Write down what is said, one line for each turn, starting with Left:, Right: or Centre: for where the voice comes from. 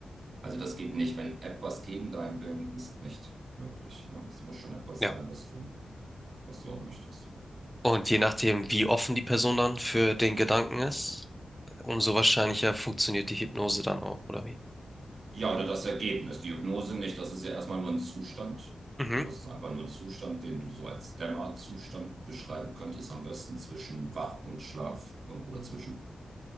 Right: Also das geht nicht, wenn etwas gegen deinen Willen ist, nicht möglich. Ne? Es muss schon etwas
Centre: Ja.
Right: sein, was du, was du auch möchtest.
Centre: Und je nachdem, wie offen die Person dann für den Gedanken ist, umso wahrscheinlicher funktioniert die Hypnose dann auch, oder wie?
Right: Ja, oder das Ergebnis. Die Hypnose nicht, das ist ja erstmal nur ein Zustand.
Centre: Mhm,
Right: Hypnose ist einfach nur ein Zustand, den du so als Dämmerzustand beschreiben könntest, am besten zwischen Wach und Schlaf, irgendwo dazwischen.